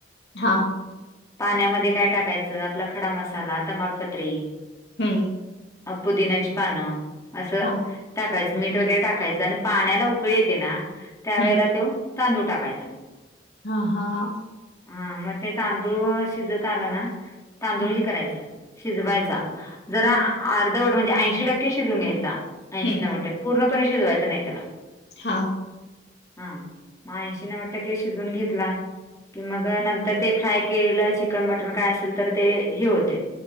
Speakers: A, on the left; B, on the left.
A: हा.
B: पाण्यामध्ये काय टाकायचं, आपला खडा मसाला, तमालपत्री.
A: हम्म.
B: अ पुदिन्याची पानं, असं
A: हां,
B: टाकायचं. मीठ वगैरे टाकायचं, आणि पाण्याला उकळी येते ना, त्या
A: हं,
B: वेळेला तो तांदूळ टाकायचा.
A: हा हा हा.
B: हम्म मग ते तांदूळ शिजत आलं ना, तांदूळ
A: हं,
B: हे करायचं शिजवायचा. जरा
A: हं,
B: अर्धवट म्हणजे ऐंशी टक्के शिजून घ्यायचा. ऐंशी
A: हं,
B: नव्वद टक्के. पूर्णपणे शिजवायचं नाही त्याला.
A: हा.
B: हम्म, मग ऐंशी नव्वद टक्के शिजवून घेतला कि मग नंतर ते फ्राय केलं चिकन मटन काय असेल तर ते, हे होते